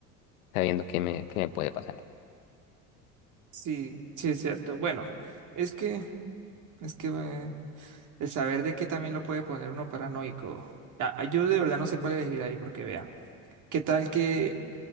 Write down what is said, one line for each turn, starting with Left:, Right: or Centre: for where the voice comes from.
Left: sabiendo qué me, qué me puede pasar.
Right: Sí, sí es cierto. Bueno, es que, es que eh, El saber de que también lo puede poner uno paranoico. Ya, Yo de verdad no sé cuál elegir ahí, porque vea, ¿qué tal que